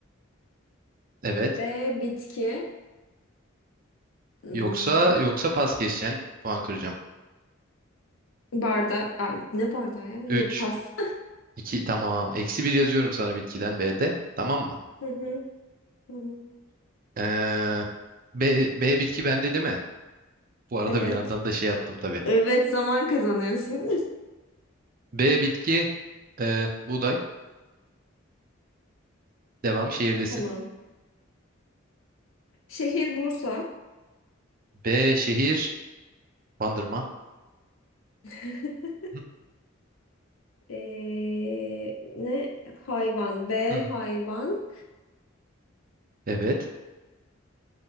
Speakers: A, on the right; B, on the left.
A: Evet.
B: B. Bitki. Hmm,
A: Yoksa yoksa pas geçeceksin. Puan kıracağım.
B: barda Ay, ne bardağı ya?
A: 3
B: Yok pas.
A: 2 tamam. Eksi bir yazıyorum sana bitkiden B'de. Tamam mı?
B: <laughs> Hı hı, Tamam.
A: Ee, B, B bitki bende değil mi? Bu arada
B: Evet.
A: bir yandan da şey yaptım tabii.
B: Evet zaman kazanıyorsun.
A: B bitki e, buğday. Devam şehirdesin.
B: <laughs> Tamam. Şehir Bursa.
A: B şehir bandırma.
B: <laughs>
A: <laughs>
B: Ee, ne? Hayvan. B
A: Hı hı.
B: hayvan.
A: Evet.